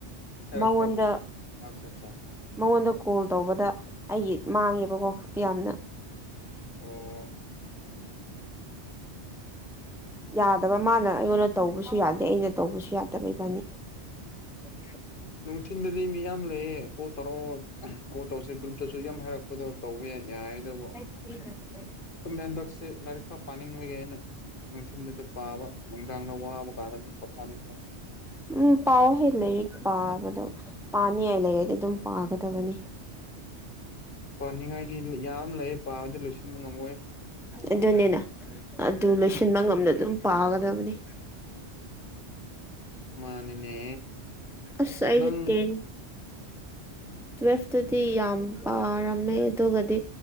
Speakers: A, on the left; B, in the centre.
A: ꯍꯥꯏꯔꯛꯄ
B: ꯃꯉꯣꯟꯗ
A: ꯑꯠꯆꯥ ꯑꯠꯆꯥ
B: ꯃꯉꯣꯟꯗ ꯀꯣꯜ ꯇꯧꯕꯗ ꯑꯩꯒꯤ ꯃꯥꯡꯉꯦꯕꯀꯣ ꯌꯥꯝꯅ
A: ꯑꯣ
B: ꯌꯥꯗꯕ ꯃꯥꯅ ꯑꯩꯉꯣꯟꯗ ꯇꯧꯕꯁꯨ ꯌꯥꯗꯦ ꯑꯩꯅ ꯇꯧꯕꯁꯨ ꯌꯥꯗꯕ ꯏꯕꯥꯅꯤ <unintelligible>
A: ꯅꯨꯡꯊꯤꯟꯗꯗꯤ ꯃꯤ ꯌꯥꯝ ꯂꯩꯌꯦ ꯀꯣꯜ ꯇꯧꯔꯛꯑꯣ ꯀꯣꯜ ꯇꯧꯔꯁꯦ ꯒ꯭ꯔꯨꯞꯇꯁꯨ ꯌꯥꯝ ꯍꯥꯏꯔꯛꯄꯗꯣ ꯇꯧꯕ ꯌꯥꯏꯑꯦꯗꯨꯕꯨ
B: <unintelligible>
A: ꯈꯪꯗꯦ ꯍꯟꯗꯛꯁꯦ ꯂꯥꯏꯔꯤꯛ ꯈꯔꯥ ꯄꯅꯤꯡꯕꯒꯤ ꯑꯩꯅ ꯅꯨꯡꯊꯤꯟꯗꯨꯗ ꯄꯥꯕ ꯅꯨꯡꯗꯥꯡꯅ ꯋꯥꯕ ꯀꯥꯟꯗ ꯑꯗꯨꯝ ꯄꯣꯊꯥꯅꯤꯡꯉꯦ
B: ꯎꯝ ꯄꯥꯎ ꯍꯦ ꯂꯩꯔꯤꯛ ꯄꯥꯕꯗꯣ ꯄꯥꯅꯤꯉꯥꯏ ꯂꯩꯔꯗꯤ ꯑꯗꯨꯝ ꯄꯥꯒꯗꯕꯅꯤ
A: ꯄꯥꯅꯤꯡꯉꯥꯏꯗꯤ ꯌꯥꯝ ꯂꯩ ꯄꯥꯕꯗꯤ ꯂꯣꯏꯁꯤꯟꯕ ꯉꯝꯃꯣꯏ
B: ꯑꯗꯨꯅꯤꯅ ꯑꯗꯨ ꯂꯣꯏꯁꯤꯟꯕ ꯉꯝꯅ ꯑꯗꯨꯝ ꯄꯥꯒꯗꯕꯅꯤ
A: ꯃꯥꯅꯤꯅꯦ
B: ꯑꯁ ꯑꯩꯁ
A: ꯅꯪ
B: ꯇꯦꯟ ꯇꯨꯋꯦꯜꯐꯇꯗꯤ ꯌꯥꯝ ꯄꯥꯔꯝꯃꯦ ꯑꯗꯨꯒꯗꯤ